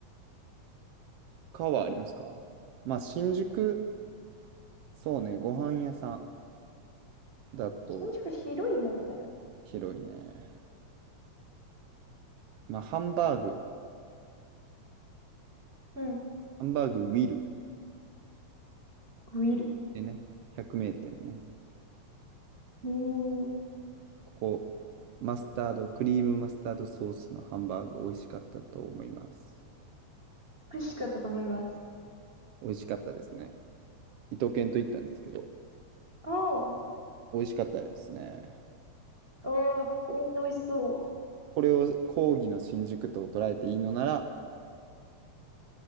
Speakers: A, on the right; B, on the right.
A: 他はありますかまあ、新宿、そうね、ご飯屋さんだと
B: 新宿広いもんね。
A: 広いね。まあ、ハンバーグ、
B: うん。
A: ハンバーグウィル。
B: グリル。
A: でね、百名店ね。
B: うーん。美
A: ここ、マスタード、クリームマスタードソースのハンバーグ美味しかったと思います。
B: 味しかったと思います。
A: 美味しかったですね。伊藤健と行ったんですけど、
B: おー。
A: 美味しかったですね。
B: おー、えー、美味しそう。
A: これを講義の新宿と捉えていいのなら